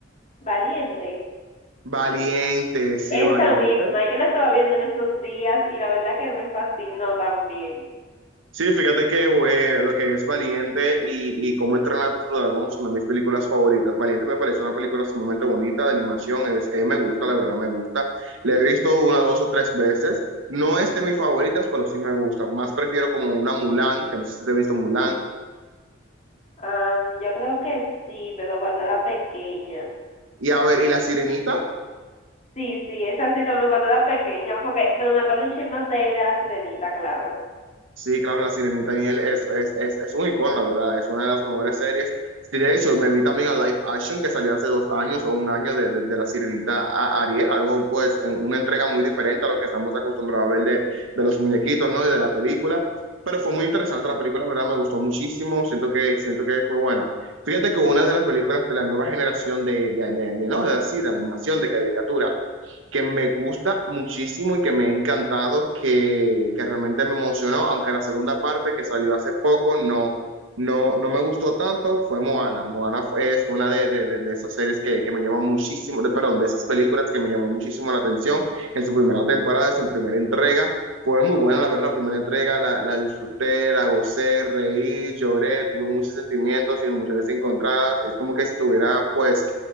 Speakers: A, on the left (about 40°); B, on the right (about 85°).
A: Valiente.
B: Valiente, sí,
A: Esta
B: valiente.
A: misma, yo la estaba viendo en estos días y la verdad que me fascinó también.
B: Sí, fíjate que eh, lo que es Valiente y, y Cómo entrenar a tu dragón son de mis películas favoritas. Valiente me parece una película sumamente bonita de animación, es, eh, me gusta, la verdad me gusta. La he visto una, dos o tres veces. No es de mis favoritas, pero sí me gusta. Más prefiero como una Mulan, que no sé si te he visto Mulan.
A: Am, yo creo que sí, pero cuando era pequeña.
B: Y a ver, ¿y La Sirenita?
A: Sí, sí, es así también cuando era pequeña, porque, pero me acuerdo un chisme más de, de la sirenita, claro.
B: Sí, claro, La Sirenita Niel es, es, es, es un icono, la verdad, es una de las mejores series. Sí, De hecho, me vi también a Live Action que salió hace dos años o un año de, de- de La Sirenita a Ariel, algo pues en una entrega muy diferente a lo que estamos acostumbrados a ver de, de los muñequitos, ¿no? Y de la película. Pero fue muy interesante la película, la verdad, me gustó muchísimo, siento que, siento que es muy buena. Fíjate que una de las películas de la nueva generación de, de, de, de, ¿no? De así, de animación, de caricatura, que me gusta muchísimo y que me ha encantado, que, que realmente me emocionó, aunque la segunda parte que salió hace poco no, no, no me gustó tanto, fue Moana. Moana fue- es una de, de, de- de esas series que, que me llamó muchísimo, de, perdón, de esas películas que me llamó muchísimo la atención en su primera temporada, en su primera entrega. Fue muy buena, la verdad, la primera entrega, la, la disfruté, la gocé, reí, lloré, tuve muchos sentimientos y emociones encontradas. Es como que si tuviera, pues,